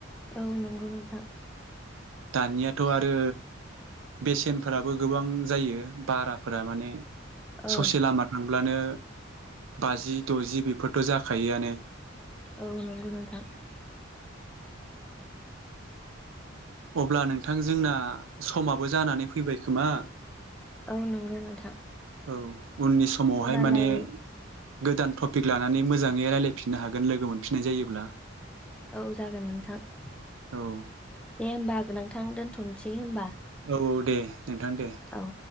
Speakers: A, in the centre; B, on the right.
A: औ नोंगौ नोंथां।
B: दानियाथ' आरो बेसेनफोराबो गोबां जायो बाराफोरा माने
A: औ
B: ससे लामा थांब्लानो बाजि द'जि बेफोरथ' जाखायोआनो।
A: औ नोंगौ नोंथां।
B: अब्ला नोंथां जोंना समाबो जानानै फैबाय खोमा?
A: औ नोंगौ नोंथां।
B: औ उननि समावहाय
A: होमबालाय
B: माने गोदान टपिक लानानै मोजाङै रायलायफिननो हागोन लोगो मोनफिननाय जायोब्ला
A: औ जागोन नोंथां। दे
B: औ
A: होमबा नोंथां दोन्थ'नोसै होमबा।
B: औ औ दे नोंथां दे।
A: औ